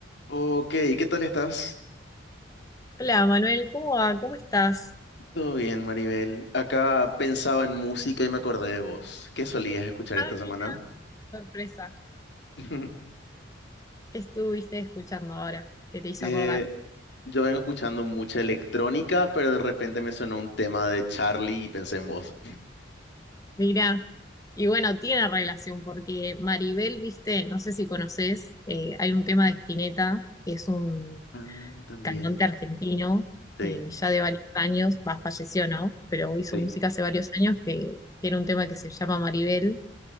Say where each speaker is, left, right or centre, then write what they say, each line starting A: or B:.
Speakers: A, on the left (about 60°); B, on the left (about 20°).
A: Ok, ¿qué tal estás?
B: Hola Manuel, ¿cómo va? ¿Cómo estás?
A: Todo bien, Maribel. Acá pensaba en música y me acordé de vos. ¿Qué solías escuchar
B: Ah,
A: esta
B: mira,
A: semana?
B: sorpresa.
A: <laughs>
B: ¿Qué estuviste escuchando ahora? ¿Qué te hizo
A: Eh,
B: acordar?
A: yo vengo escuchando mucha electrónica, pero de repente me sonó un tema de Charlie y pensé en vos.
B: Mira, y bueno, tiene relación porque Maribel, viste, no sé si conoces, eh, hay un tema de Spinetta, que es un
A: Ah, también.
B: cantante argentino,
A: Sí,
B: eh, ya de varios años, va, falleció, ¿no? Pero hizo
A: sí.
B: música hace varios años que tiene un tema que se llama Maribel